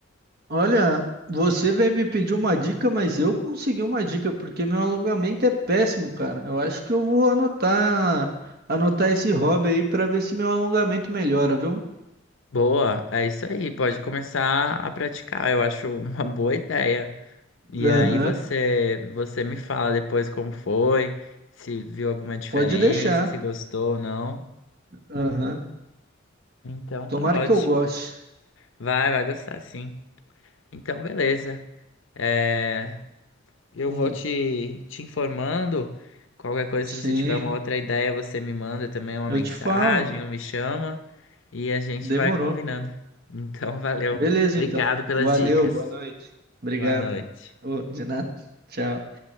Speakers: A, on the right; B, on the left.
A: Olha, você veio me pedir uma dica, mas eu consegui uma dica, porque meu alongamento é péssimo, cara. Eu acho que eu vou anotar, anotar esse hobby aí pra ver se meu alongamento melhora, viu?
B: Boa, é isso aí, pode começar a praticar, eu acho uma boa ideia. E
A: Aham.
B: aí você, você me fala depois como foi, se viu alguma diferença,
A: Pode deixar.
B: se gostou ou não.
A: Aham.
B: Então
A: Tomara
B: tá ótimo.
A: que eu goste.
B: Vai, vai gostar sim. Então, beleza. É, eu
A: Hum.
B: vou te, te informando. Qualquer coisa,
A: Sim,
B: se você tiver uma outra ideia, você me manda também uma
A: eu
B: mensagem
A: te falo.
B: ou me chama e a gente
A: Demorou.
B: vai combinando. Então, <laughs> valeu.
A: Beleza,
B: Obrigado
A: então.
B: pelas
A: Valeu,
B: dicas.
A: boa noite. Obrigado.
B: Boa noite.
A: Ô, de nada. Tchau.